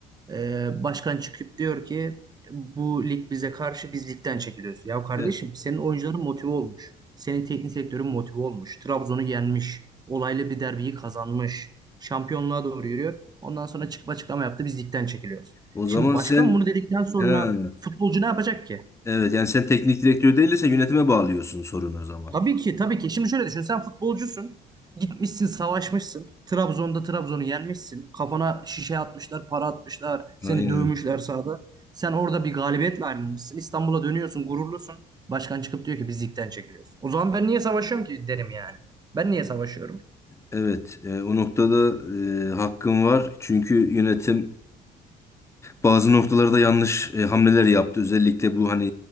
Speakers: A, on the right (about 25°); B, on the left (about 15°).
A: Ee, başkan çıkıp diyor ki bu lig bize karşı biz ligden çekiliyoruz. Ya kardeşim
B: E,
A: senin oyuncuların motive olmuş. Senin teknik direktörün motive olmuş. Trabzon'u yenmiş. Olaylı bir derbiyi kazanmış. Şampiyonluğa doğru yürüyor. Ondan sonra çıkıp açıklama yaptı biz ligden çekiliyoruz.
B: o
A: Şimdi
B: zaman
A: başkan
B: sen
A: bunu dedikten sonra
B: he,
A: futbolcu ne yapacak ki?
B: evet yani sen teknik direktör değilse yönetime bağlıyorsun sorunu o zaman.
A: Tabii ki tabii ki. Şimdi şöyle düşün. Sen futbolcusun. Gitmişsin, savaşmışsın. Trabzon'da Trabzon'u yenmişsin. Kafana şişe atmışlar, para atmışlar. Seni
B: Aynen.
A: dövmüşler sahada. Sen orada bir galibiyetle ayrılmışsın. İstanbul'a dönüyorsun, gururlusun. Başkan çıkıp diyor ki biz ligden çekiliyoruz. O zaman ben niye savaşıyorum ki derim yani. Ben niye savaşıyorum?
B: Evet. E, o noktada e, hakkın var. Çünkü yönetim Bazı noktalarda yanlış e, hamleler yaptı. Özellikle bu hani